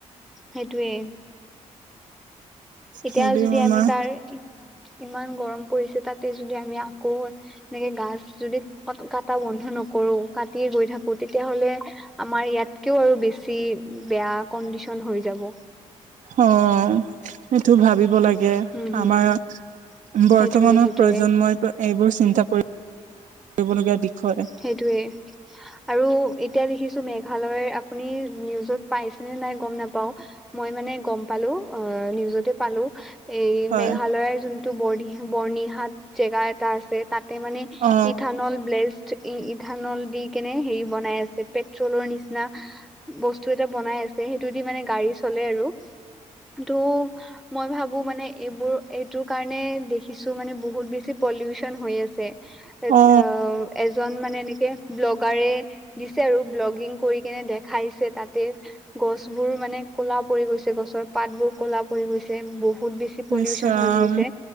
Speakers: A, in the centre; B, on the right (about 65°).
A: সেইটোৱেই এতিয়া
B: হ'লেও
A: যদি
B: আমাৰ
A: আমি তাৰ ই ইমান গৰম পৰিছে তাতে যদি আমি আকৌ এনেকে গাছ যদি ক কাটা বন্ধ নকৰো কাটি গৈ থাকো তেতিয়াহ'লে আমাৰ ইয়াতকেও আৰু বেছি বেয়া কণ্ডিচন হৈ যাব
B: অ সেইটো ভাবিব লাগে গে
A: হম হম
B: আমাৰ
A: হম
B: বৰ্তমানৰ
A: সেইটোয়ে সেইটোয়ে
B: প্ৰজন্মই এইবোৰ চিন্তা কৰি কৰিবলগীয়া বিষয়
A: সেইটোৱেই আৰু এতিয়া দেখিছো মেঘালয় আপুনি নিউজত পাইছেনে নাই গম নাপাও মই মানে গম পালো অ নিউজতে পালো এই
B: হয়
A: মেঘালয়ৰ যোন টো বৰদি বৰ্ণিহাট জেগা এটা আছে তাতে মানে
B: অ
A: ইথানল ব্লেষ্ট ত্ৰি ইথানল দি কেনে হেৰি বনাই আছে পেট্ৰলৰ নিচিনা বস্তু এটা বনাই আছে সেইটো দি মানে গাড়ী চলে আৰু কিন্তু মই ভাবো মানে এইবোৰ এইটোৰ কাৰণে দেখিছো মানে বহুত বেছি পলিউচন হৈ আছে এত
B: অ
A: নও এজন মানে এনেকে ব্লগাৰে দিছে আৰু ব্লগিং কৰি কেনে দেখাইছে তাতে গছ বোৰ মানে ক'লা পৰি গৈছে গছৰ পাত বোৰ ক'লা পৰি গৈছে বহু বহুত বেছি পলিউচন
B: ইছৰাম
A: হৈ গৈছে